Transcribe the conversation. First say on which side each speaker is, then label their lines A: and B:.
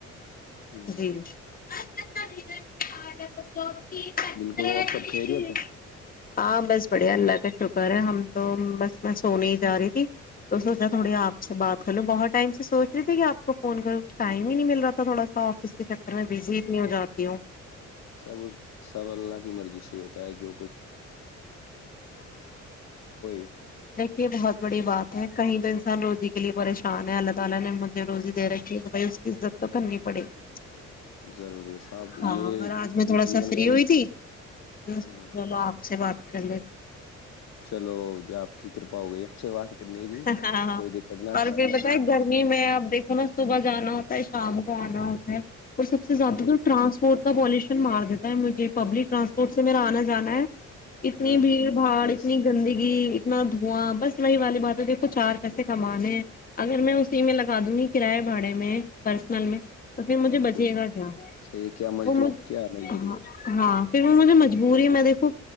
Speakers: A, on the left; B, on the left.
A: ہ
B: جی <unintelligible>
A: بالکل اور سب خیریت ہے
B: ہاں بس بڑیا اللہ کا شکر ہے ہم تو بس میں سونے ہی جا رہی تھی تو سوچا تھوڑی
A: ہ
B: آپ سے بات کر لوں بہت ٹائم سے سوچ تھی کہ آپ کو فون کروں ٹائم ہی نہیں مل رہ تھا تھوڑا سا فس کے چکر میں بزی اتنی ہو جاتی ہوں
A: سب سب اللہ کی مرضی ہوتا ہے جو <unintelligible>
B: یہ بہت بڑی بات ہے کہیں تو انسان روزی کے لیے پریشان ہے اللہ تعالی نے مجھے روزی دے رکھی ہے تو بھائی اس کی عزت تو کرنی پڑے گی
A: ضروری ہے سب
B: ہاں
A: یہ
B: اور آج میں تھوڑا
A: جو جیون
B: سا فری
A: کا ایک
B: ہوئی تھی میں نے
A: ہاں
B: سوچا چلو آپ سے بات کر لیتی ہوں
A: چلو جو آپ کی کرپا ہو گئی ہمپ سے بات کرنے کی
B: ہاں ہاں
A: کوئی دقت نہ
B: اور پھر بتائے گرمی میں آپ دیکھو نا صبح جانا ہوتا ہے شام کو آنا ہوتا ہے اور سب سے زیادہ
A: بہت
B: تو ٹرانسپورٹ کا پالوشن مار دیتا ہے مجھے پبلک ٹرانسپورٹ سے میرا آنا جانا ہے اتنی
A: ہاں
B: بھیڑ
A: ہاں
B: بھاڑ
A: یس
B: اتنی گندگی نہ دھواں بس وہی والی بات دیکھو چار پیسے کمانے ہیں اگر میں اسی میں لگا دوں گی کراائے بھاڑے میں پرسنل میں تو پھر
A: ہاں
B: مجھے بچے
A: تو
B: گا کیا
A: صحیح ہے کیا مزدور
B: وہ مج
A: کیا مزدوری
B: ہاں ہاں پھر مجھے مجبوری میں دیکھو